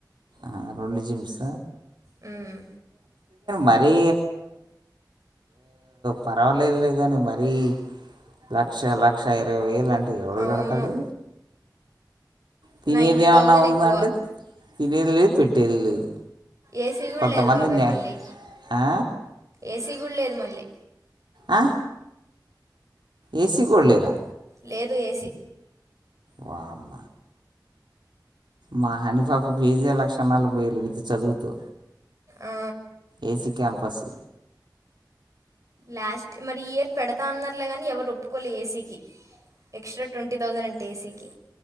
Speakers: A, on the right (about 85°); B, on the right (about 45°).
A: ఆ రెండు జీమ్స్
B: హ్మ్
A: మరి పర్వాలేదులే కానీ మరి లక్ష లక్ష ఇరవై వేలు అంటే ఎవడు
B: అవును
A: కడతాడు తినేది
B: నైంటీ
A: ఏమన్నా
B: థౌజండ్
A: ఉందంటే
B: ఎక్కువ
A: తినేది లేదు పెట్టేది లేదు
B: ఏసీ కూడా
A: కొంతమంది
B: లేదు బాబాయి
A: నే
B: మళ్ళీ
A: ఆ
B: ఏసీ కూడా లేదు మళ్ళీ
A: ఆ ఏసీ కూడాలేదా
B: లేదు ఏసీ
A: వామ మా హానీ పాప ఫిజే లక్ష నలపైవేళ్ళు విత్ చదువుతో
B: ఆ,
A: ఏసీ క్యాంపస్
B: లాస్ట్ మరి ఈ ఇయర్ పెడతా అన్నారులే గాని ఎవరు ఒప్పుకోలే ఏసీకి ఎక్స్ట్రా ట్వంటీ తౌసండ్ అంటా ఏసీకి